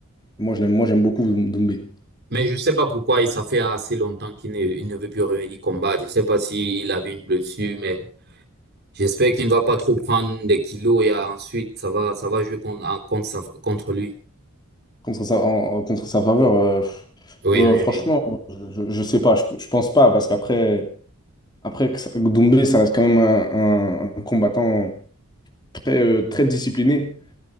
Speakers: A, on the left (about 20°); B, on the right (about 45°).
A: Moi, je l'aime, moi, j'aime beaucoup Doumbé.
B: Mais je sais pas pourquoi il ça fait assez longtemps qu'il ne, il ne veut plus revenir combattre. Je sais pas s'il avait une blessure, mais j'espère qu'il ne va pas trop prendre des kilos et euh, ensuite ça va ça va jouer contre en- contre, sa- contre lui.
A: contre sa, en- contre sa faveur, euh, pff,
B: Oui,
A: euh,
B: oui,
A: franchement,
B: oui.
A: je ne sais pas, je, je pense pas, parce qu'après après que ça- Doumbé, ça reste quand même un, un- un combattant très, euh, très discipliné.